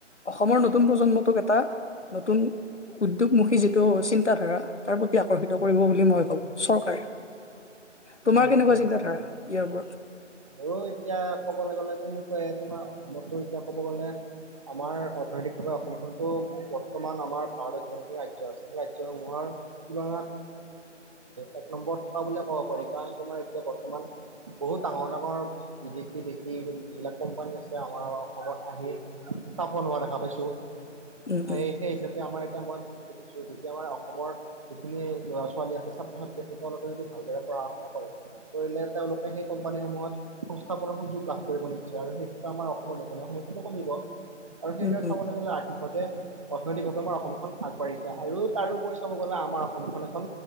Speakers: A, on the left; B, on the right.
A: অসমৰ নতুন প্ৰজন্মটোক এটা নতুন উদ্যোগমুখী যিটো চিন্তাধাৰা তাৰ প্ৰতি আকৰ্ষিত কৰিব বুলি মই ভাবো চৰকাৰে তোমাৰ
B: উম
A: কেনেকুৱা
B: উম
A: চিন্তাধাৰা ইয়াৰ ওপৰত
B: মোৰো এতিয়া কবলৈ গ'লে তেনেকুৱাই তোমাৰ অসমতো এতিয়া ক'ব গ'লে আমাৰ অৰ্থনৈতিকভাৱে অসমখনতো বৰ্তমান আমাৰ ভাৰতত যিমানখিনি ৰাজ্য আছে সেই ৰাজ্যসমূহৰ তুলনাত এক নম্বৰত থকা বুলিয়ে ক'ব পাৰি কাৰণ তোমাৰ এতিয়া বৰ্তমান বহুত ডাঙৰ ডাঙৰ বিদেশী দেশী যিবিলাক কোম্পানী আছে আমাৰ অসমত আহি স্থাপন হোৱা দেখা পাইছো
A: উম
B: সেই
A: উম
B: হিচাপে আমাৰ এতিয়া মই যখিনি দেখিছো যদি আমাৰ অসমৰ যিখিনি ল'ৰা ছোৱালী আছে ছাত্ৰ ছাত্ৰী আছে তেওঁলোকে যদি ভালদৰে পঢ়া শুনা কৰিলে তেওঁলোকে সেই কোম্পানীসমূহত সংস্থাপনৰ সুযোগ লাভ কৰিব নিশ্চয় আৰু সেইটোত আমাৰ অসমৰ নিবনুৱা সমস্যাটো কমিব আৰু
A: উম
B: সেইদৰে
A: উম
B: চাবলৈ গ'লে কিভাৱে অৰ্থনৈতিকভাৱে আমাৰ অসমখন আগবাঢ়িছে আৰু তাৰোপৰি চাব গ'লে আমাৰ অসমখন এখন